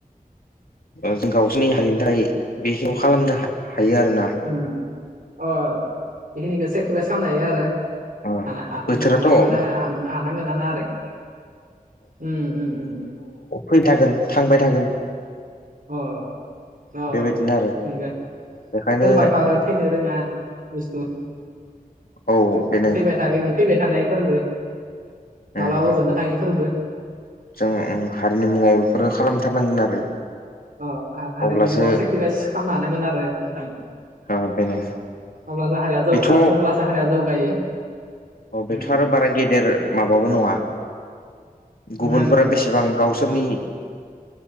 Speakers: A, on the left; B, on the right.
A: जों गावसोरनि हारिनि थाखाय बेखिखौ खालामनो हायो आरो ना
B: अ बेखिनिखौ सेक्रिफाइस खालामनो हायो आरो
A: ओ
B: हानांगौ
A: बोथोराथ' औ
B: मान हानांगौ नोना आरो <unintelligible> उम उ उ <unintelligible>
A: फै थागोन थांबाय थागोन
B: अ अ
A: बेबायदिनो आरो बेखायनो
B: सोरबाथ‌'आरो थैनो रोंङा बुस्थु
A: औ बेनो
B: फैबाय थागोननि फैबाय थानाय फोरबो मालाबाजोबनो
A: उम
B: थाङै फोरबो
A: जों हारिनि मुंङाव बेफोरफोरखौ खालामथारनांगोन आरो
B: अ हारिनि
A: अब्लासो
B: मुंङाव सेक्रिफाइस खालामनो हानांगोन आरो नोंथां
A: ओ बेनो
B: अब्लासो
A: बेथ'
B: हारिया जौगायो <unintelligible>
A: अ बेथ'
B: उम उम
A: आरो बारा गेदेर माबाबो नंङा
B: उम
A: गुबुनफोरा
B: नङा
A: बेसेबां
B: नङा
A: गावसोरनि